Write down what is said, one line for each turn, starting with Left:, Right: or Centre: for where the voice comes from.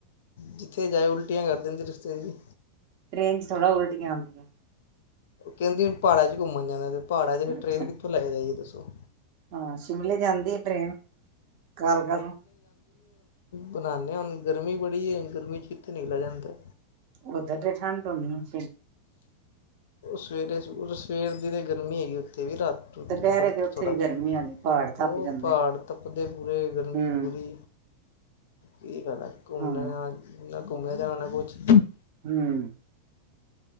Left: ਜਿੱਥੇ ਜਾਏ ਉਲਟੀਆਂ ਕਰ ਦੇਂਦੀ ਰਸਤੇ ਵਿਚ
Right: ਟ੍ਰੇਨ ਚ ਥੋੜਾ ਉਲਟੀਆ ਆਂਦੀਆਂ
Left: ਕਹਿੰਦੀ ਹੁਣ ਪਹਾੜ ' ਚ ਘੁੰਮਣ ਜਾਣਾ ਤੇ ਪਹਾੜਾਂ 'ਚ
Right: ਅੱਛਾ
Left: ਟ੍ਰੇਨ ਕਿੱਥੋਂ ਲੈ ਕੇ ਜਾਈਏ ਦੱਸੋ
Right: ਹਾਂ ਸ਼ਿਮਲੇ ਜਾਂਦੀ ਏ ਟ੍ਰੇਨ ਕਾਲਕਾ ਤੋ
Left: ਬਨਾਨੇ ਹੁਨ ਗਰਮੀ ਬੜੀ ਏ ਗਰਮੀ ਚ ਕਿਥੇ ਨਿਕਲ਼ਿਆ ਜਾਂਦਾ
Right: ਓਦਰ ਤੇ ਠੰਡ ਹੋਨੀ ਏ।
Left: ਸਵੇਰੇ ਸਵੇਰ ਦੀ ਤੇ ਗਰਮੀ ਹੈਗੀ ਓ ਤੇ ਵੀ ਰਾਤ ਰੁਤੀ
Right: ਦੁਪਹਿਰੇ
Left: ਫਰਕ
Right: ਤੇ ਉੱਥੇ
Left: ਥੋੜਾ
Right: ਵੀ ਗਰਮੀ ਹੋਣੀ ਪਹਾੜ
Left: ਉਹ
Right: ਤੱਪ ਜਾਂਦੇ
Left: ਪਹਾੜ
Right: ਨੇ
Left: ਤਪਦੇ ਪੂਰੇ ਗਰਮੀ
Right: ਹੂੰ
Left: ਪੂਰੀ ਕੀ ਪਤਾ ਘੁੰਮਣ
Right: ਹਾਂ
Left: ਜਾ ਨਾ ਘੁੰਮਣ ਜਾ ਨਾ ਕੁਛ <inaudible>
Right: ਹੂੰ